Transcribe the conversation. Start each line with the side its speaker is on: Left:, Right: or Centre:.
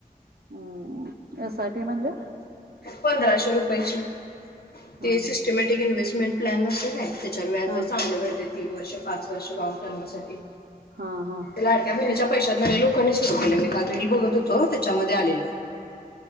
Right: हम्म एस आय पी म्हणजे
Left: पंधराशे रुपयाची
Right: हा
Left: ते सिस्टिमॅटिक इ्नवेस मेन प्लॅन मस्तच आहे. त्याच्यावर व्याजच
Right: हा
Left: आल व्हय ते तीन वर्ष पाच जसे लॉग टर्म साठी.
Right: हा हा हा
Left: लाडक्या महिन्याच्या पैशातन या लोकांनी सुरू केल. मी काल रील बघत तो त्याच्यामध्ये आलेल-